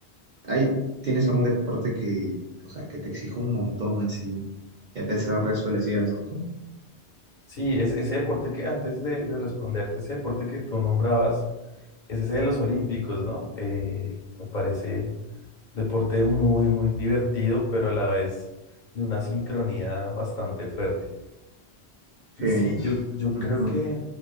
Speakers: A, on the right; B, on the left.
A: Ahí tienes algún deporte que, o sea, que te exija un montón así, y a pesar de eso le sigas dando.
B: Sí, es ese deporte que antes de, de responderte, ese deporte que tú nombrabas, es ese de los olímpicos, ¿no? Eh, me parece deporte muy, muy divertido, pero a la vez de una sincronía bastante fuerte.
A: Sí,
B: Y sí, yo, yo
A: ujú,
B: creo que